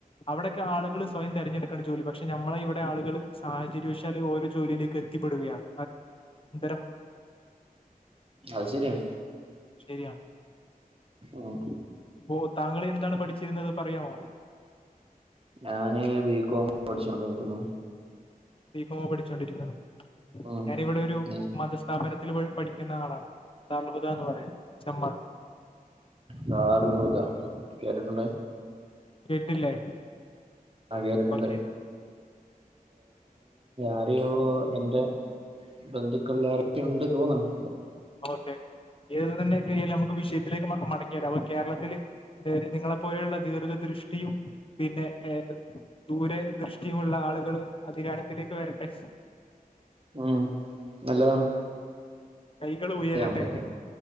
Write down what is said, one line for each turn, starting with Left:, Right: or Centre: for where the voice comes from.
Left: അവിടെയൊക്കെ ആളുകൾ സ്വയം തിരഞ്ഞെടുക്ക ജോലി പക്ഷെ ഞമ്മളെ ഇവിടെ ആളുകൾ സാഹചര്യവശാൽ ഓരോ ജോലിയിലേക്ക് എത്തിപ്പെടുകയാണ് <unintelligible> <unintelligible>
Right: അത് ശരിയാ
Left: ശരിയാണ്.
Right: ഉം
Left: പ്പോ താങ്കൾ എന്ത എന്താണ് പഠിച്ചിരുന്നത് പറയാമോ?
Right: ഞാന് ബി. കോം പഠിച്ചോണ്ടിക്കുന്നു
Left: ബി. കോം പഠിച്ചൊണ്ടിരിക്ക.
Right: ഉം
Left: ഞാനിവിടെ ഒരു
Right: ഉം
Left: മതസ്ഥാപന ത്തി പോയി പഠിക്കുന്ന ആളാണ്. ദാറുൽ ഹുദ എന്ന് പറയും. ചമ്പാട്
Right: ദാറുൽ ഹുദ. കേട്ടിട്ടുണ്ട്.
Left: കേട്ടില്ലേ?
Right: ആ കേട്ടിട്ടുണ്ട്
Left: ഓക്കെ
Right: ആരയോ എന്റെ ബന്ധുക്കള്ളിലാരൊക്കയോ ഉണ്ട് തോന്നന്നു
Left: ഓക്കെ. ഏത് തന്നെ യാലും നമുക്ക് വിഷയത്തിലേക്ക് മടങ്ങിരാം അപ്പൊ കേരളത്തിൽ നിങ്ങളെപ്പോലെയുള്ള ദീർഘ ദൃഷ്ടിയും പിന്നെ ഏ ദൂരെ ദൃഷ്ടിയുമുള്ള ആളുകൾ അധികാരത്തിലേക്ക് വരട്ടെ
Right: ഉം നല്ലതാണ്
Left: കൈകൾ ഉയരട്ടെ
Right: ഞമ്മക്ക്